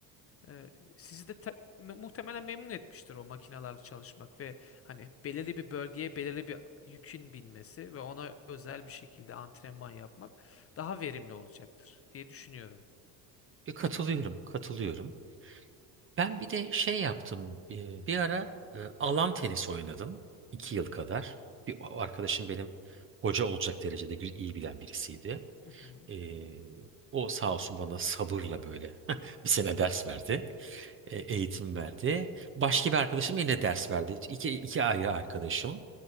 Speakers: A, on the left; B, on the right.
A: Ee, sizi de te- mu- muhtemelen memnun etmiştir o makinalarla çalışmak ve hani belirli bir bölgeye belirli bir yükün binmesi ve ona özel bir şekilde antrenman yapmak daha verimli olacaktır diye düşünüyorum.
B: E, katılıyorum, katılıyorum. Ben bir de şey yaptım. e, Bir ara e, alan tenisi oynadım. iki yıl kadar. Bir o arkadaşım benim hoca olacak derecede gü- iyi bilen birisiydi.
A: Hı hı.
B: E, o sağ olsun bana sabırla böyle <laughs> bir sene ders verdi. e, eğitim verdi. Başka bir arkadaşım yine ders verdi. İki, iki ayrı arkadaşım